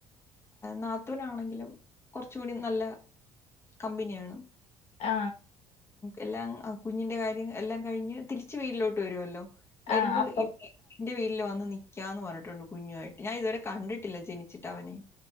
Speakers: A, on the left; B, on the left.
A: നാത്തൂനാണെങ്കിലും കൊർച്ചൂടി നല്ല കമ്പനിയാണ്
B: ആ
A: എല്ലാം കുഞ്ഞിന്റെ കാര്യം എല്ലാം കഴിഞ്ഞ് തിരിച്ച് വീട്ടിലോട്ട് വരുവല്ലോ വരുമ്പോ
B: ആഹ് അപ്പൊ
A: ഇപ്പ ഇന്റെ വീട്ടില് വന്ന് നി നിക്കാന്ന് പറഞ്ഞിട്ടുണ്ട് കുഞ്ഞുവായിട്ട് ഞാൻ ഇതുവരെ കണ്ടിട്ടില്ല ജനി ച്ചിട്ട് അവനെ